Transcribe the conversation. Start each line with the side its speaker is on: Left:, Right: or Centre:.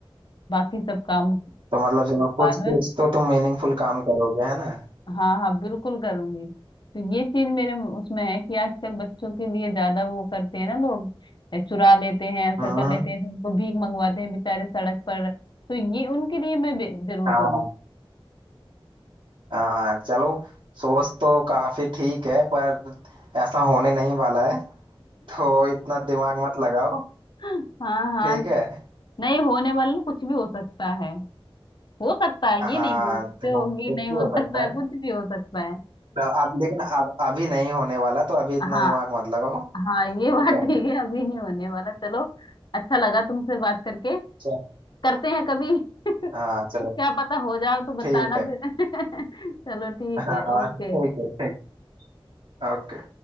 Left: बाकी सब काम
Right: तो मतलब चलो कुछ
Left: बाद में
Right: कुछ तो तुम मीनिंगफुल काम करोगे है ना
Left: हाँ हाँ बिल्कुल करूंगी तो ये चीज मेरे उसमें है कि आजकल बच्चों के लिए ज्यादा वो करते हैं ना लोग ए, चुरा लेते हैं ऐसा
Right: हम्म
Left: कर
Right: हम्म,
Left: लेते हैं फिर उनको भीख मंगवाते हैं बेचारे सड़क पर तो ये उनके लिए मैं बे- जरूर
Right: हाँ
Left: करूंगी
Right: हाँ चलो सोच तो काफी ठीक है पर ऐसा होने नहीं वाला है तो इतना दिमाग मत लगाओ
Left: <laughs> हाँ हाँ
Right: ठीक है
Left: नहीं होने वाला ना कुछ भी हो सकता है हो सकता है
Right: हाँ
Left: ये नहीं बोल सकते
Right: चलो
Left: होगी
Right: कुछ
Left: नहीं
Right: भी
Left: हो
Right: हो
Left: सकता
Right: सकता
Left: है
Right: है
Left: कुछ भी हो सकता है
Right: चल अब लेकिन अब अभी नहीं होने वाला तो अभी इतना
Left: हाँ
Right: दिमाग मत लगाओ
Left: हाँ
Right: ठीक
Left: ये बात
Right: है
Left: ठीक है अभी नहीं होने वाला चलो अच्छा लगा तुमसे बात करके
Right: चल
Left: करते हैं कभी <laughs>
Right: हाँ चलो
Left: क्या पता हो जाओ तो
Right: ठीक
Left: बताना
Right: है
Left: फिर <laughs> चलो ठीक
Right: हाँ
Left: है ओके
Right: ठीक है ठीक ओके